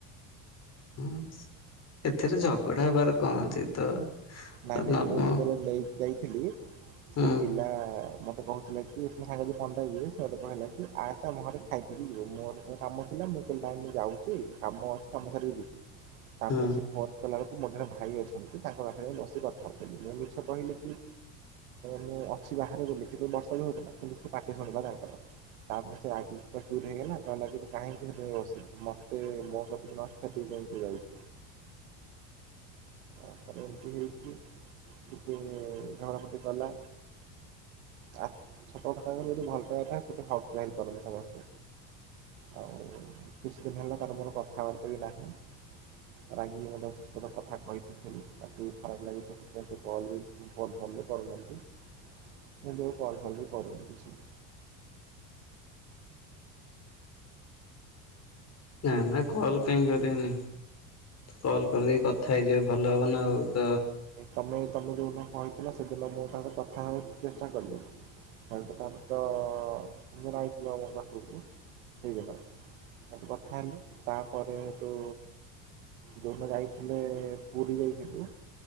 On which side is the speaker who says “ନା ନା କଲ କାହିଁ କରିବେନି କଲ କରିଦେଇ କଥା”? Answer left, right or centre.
Left